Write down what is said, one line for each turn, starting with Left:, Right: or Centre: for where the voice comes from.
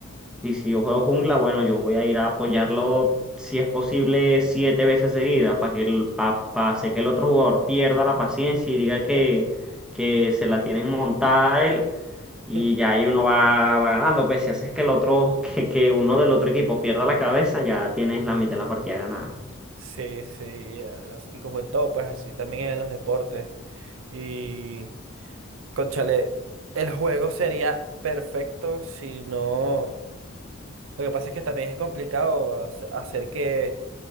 Centre: Y si yo juego jungla, bueno, yo voy a ir a apoyarlo si es posible siete veces seguidas para que el, pa, pa hacer que el otro jugador pierda la paciencia y diga que, que se la tienen montada a él y
Right: <laughs>
Centre: ya ahí uno va, va ganando. Pues si haces que el otro, <laughs> que, que uno del otro equipo pierda la cabeza, ya tienes la mitad de la partida ganada.
Right: Sí, sí, así como en todo, pues así también en los deportes. Y, conchale, el juego sería perfecto si no... Lo que pasa es que también es complicado hace- hacer que